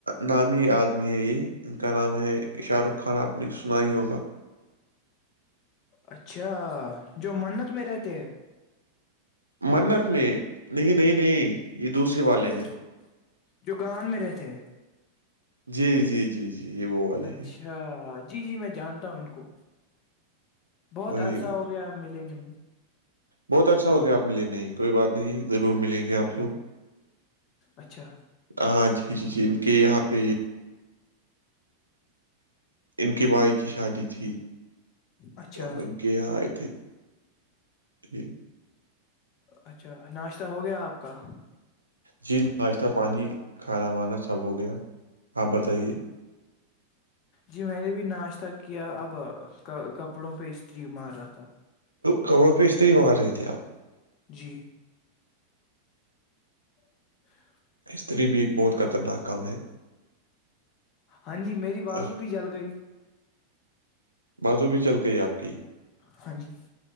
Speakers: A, on the right; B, on the left.
A: نامی آدمی ہیں یہ ان کا نام ہے شاہ رخ خان آپ نے سنا ہی ہوگا
B: اچھا جو منت میں رہتے ہیں
A: منت میں نہیں نہیں نہیں یہ دوسرے والے
B: پھر
A: ہیں
B: جو گان میں رہتے ہیں
A: جی جی جی جی یہ وہ والے
B: اچھا
A: ہیں
B: جی جی میں جانتا ہوں ان کو بہت
A: وہی
B: عرصہ ہو گیا ہم ملےنے ہاں
A: بہت اچھا ہوگیا آپ ملے نہیں کوئی بات نہیں ضرور ملیں گے آپ و
B: اچھا
A: ہاں جی جی جی ان کے یہاں پ ان کے بھائی کی شادی تھی
B: اچھا
A: تو میں کیا یہاں آئے تھے ٹ
B: اچھا ناشتہ ہو گیا آپ کا
A: جی نہیں ناشتہ پانی کھانا وانا سب ہو گیا آپ بتائیے
B: جی میں نے بھی ناشتہ کیا اب کپڑوں پہ استری مار رہا تھا
A: کپڑوں پیچتے ہی بار رہی تھے تھے اپ
B: جی ہ <inaudible>
A: استری بھی ایک بہت خطرناک کام ہے
B: ہاں جی میری بازو
A: آہ،
B: بھی جل گئی
A: باتوں بھی چل گئی آپ کی
B: ہاں جی